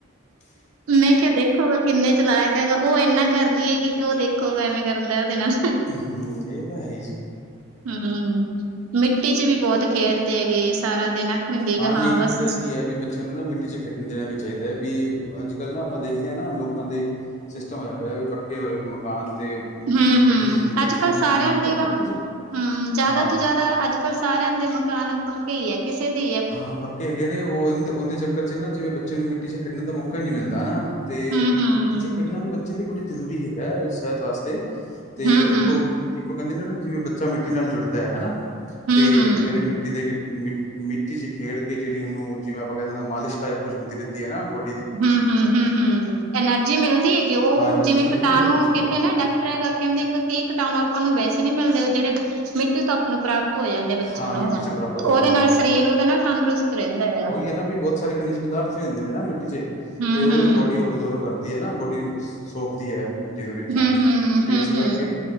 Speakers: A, on the right (about 80°); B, on the left (about 35°).
A: ਮੈਂ ਕੇਆ ਦੇਖੋਗਾ ਕਿੰਨੇ ਚਲਾਕ ਹੈਗਾ। ਓ ਇੰਨਾ ਕਰਦੀ ਹੈਗੀ ਤੇ ਓ ਦੇਖ ਖੋ ਐਵੇਂ ਕਰਦਾ ਐ ਓਦੇ ਨਾਲ।
B: ਹੂੰ। ਏ ਤਾਂ ਹੈ ਈ ਜੀ।
A: ਹਮ-ਹਮ ਮਿੱਟੀ 'ਚ ਵੀ ਬਹੁਤ ਖੇਡਦੇ ਐਗੇ ਸਾਰਾ ਦਿਨ ਆਖਣਗੇ
B: ਹਾਂ,
A: ਗਾ
B: ਨਈ
A: ਬਸ
B: ਪਤਾ ਕੀ ਐ ਵੀ ਬੱਚੇ ਐਨੂ ਨਾ ਮਿੱਟੀ 'ਚ ਖੇਡਨ ਦੇਨਾ ਵੀ ਚਾਈਦਾ ਵੀ ਅੱਜ ਕੱਲ੍ਹ ਨਾ ਆਪਾਂ ਦੇਖਦੇ ਆ ਨਾ ਲੋਕਾਂ ਦੇ ਸਿਸਟਮ ਹੋਇਆ ਪਿਆ ਵੀ ਪੱਕੇ ਹੋਏ ਮਕਾਨ ਤੇ ਮਿੱਟੀ
A: ਹੂੰ
B: 'ਚ
A: ਹੂੰ
B: ਖੇਡਨ ਨੀ ਦਿੰਦੇ
A: ਅੱਜ
B: ਬੱਚੇ
A: ਕੱਲ੍ਹ
B: ਨੂੰ ਖੇਡਨ
A: ਸਾਰਿਆਂ
B: ਨੀ ਦਿੰਦੇ
A: ਦੇ
B: ਨਾ
A: ਗਾ
B: ਮਿੱਟੀ 'ਚ
A: ਹੂੰ ਜ਼ਿਆਦਾ
B: ਹਾਂ
A: ਤੋਂ ਜ਼ਿਆਦਾ ਅੱਜ ਸਾਰਿਆਂ ਦੇ ਮਕਾਨ ਪੱਕੇ ਈ ਐ। ਕਿਸੇ ਦੀ
B: ਹਾਂ, ਪੱਕੇ ਹੈਗੇ ਨੇ ਉਦੇਂ-ਉਦੇਂ ਚੱਕਰ 'ਚ ਨਾ ਜਿਵੇਂ ਬੱਚੇ ਨੂੰ ਮਿੱਟੀ 'ਚ ਖੇਡਨ ਦਾ ਮੌਕਾ ਈ ਨੀ ਮਿਲਦਾ ਨਾ। ਤੇ
A: ਹੂੰ ਹੂੰ
B: ਮਿੱਟੀ 'ਚ ਖੇਡਣਾ ਵੀ ਬੱਚੇ ਲਈ ਬੜੀ ਜ਼ਰੂਰੀ ਹੈਗਾ ਸਿਹਤ ਵਾਸਤੇ। ਤੇ
A: ਹੂੰ
B: ਇੱਕੋ
A: ਹੂੰ
B: -ਇੱਕੋ ਕੈਂਦੇ ਨੇ ਨਾ ਜਿਵੇਂ ਬੱਚਾ ਮਿੱਟੀ ਨਾਲ ਜੁੜਦਾ ਹੈ ਹੈਨਾ।
A: ਹੂੰ
B: ਤੇ
A: ਹੂੰ
B: ਜੇੜੇ ਮਿੱਟੀ ਦੇ ਮਿ ਮਿੱਟੀ 'ਚ ਖੇਡ ਕੇ ਜੇੜੀ ਉਨੂੰ ਜਿਵੇਂ ਆਪਾਂ ਕਹਿ ਦੇਨੇ ਆ ਮਾਲਸ਼ ਟਾਈਪ ਕੁਛ ਹੁੰਦੀ ਰੈਦੀਂ ਨਾ ਬ
A: ਹਮ-ਹਮ-ਹਮ-ਹਮ, ਐਨਰਜੀ ਮਿਲਦੀ ਐਗੀ ਉ
B: ਹਾਂ ਐਨਰਜੀ
A: ਜਿਵੇਂ ਕੀਟਾਣੂ
B: ਮਿਲਦੀ ਹੈ ਮਿੱਟੀ 'ਚ
A: ਕੈਂਦੇ
B: ਖੇਡਣ
A: ਨਾ
B: ਨਾਲ
A: ਡਾਕਟਰ ਐਗਾ ਕੈਂਦੇ ਇੱਕ ਕਈ ਕਟਾਣੂ ਆਪਾਂ ਨੂੰ ਵੈਸੇ ਨੀ ਮਿਲਦੇ ਜੇੜੇ ਮਿੱਟੀ ਤੋਂ ਆਪਾਂ ਨੂੰ ਪ੍ਰਾਪ ਤ ਹੋ ਜਾਂਦੇ ਬੱਚੇ
B: ਹਾਂ
A: ਨੂੰ
B: ਮਿੱਟੀ 'ਚ ਪ੍ਰਾਪਤ
A: ਤੇ
B: ਹੋ
A: ਉਦੇ
B: ਜਾਂਦੇ
A: ਨਾਲ ਸਰੀਰ ਉਦਾ ਨਾ ਤੰਦਰੁਸਤ ਰੈਂਦਾ ਹੈਗਾ।
B: ਕੇਨਾ ਵੀ ਬਹੁਤ ਸਾਰੇ ਖਨਿਜ ਪਦਾਰਥ ਵੀ ਹੁੰਦੇ ਨੇ ਨਾ ਮਿੱਟੀ 'ਚ
A: ਹੂੰ,
B: ਤੇ ਉਹ
A: ਹੂੰ,
B: ਵੀ ਬੋਡੀ ਔਬਜਰਵ ਕਰ ਦੀ ਏ ਨਾ ਬੋਡੀ ਸੋਖਦੀ ਐ ਮਿੱਟੀ ਦੇ ਵਿੱਚੋਂ
A: ਹੂੰ, ਹੂੰ,
B: ਤੇ
A: ਹੂੰ,
B: ਇਸ
A: ਹੂੰ
B: ਕਰਕੇ